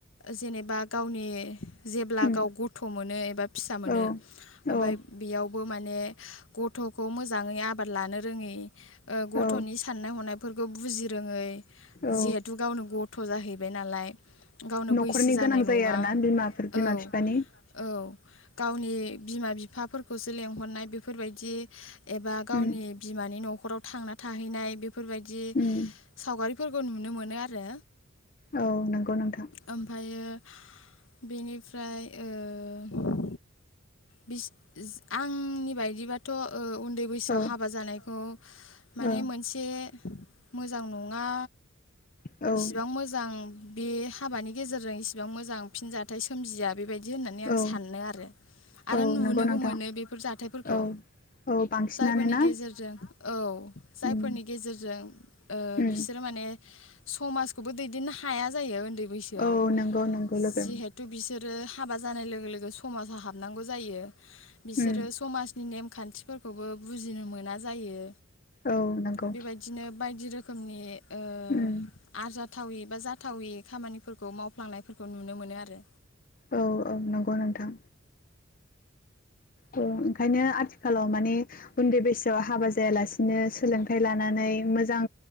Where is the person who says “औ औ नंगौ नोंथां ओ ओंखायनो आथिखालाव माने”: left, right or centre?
Left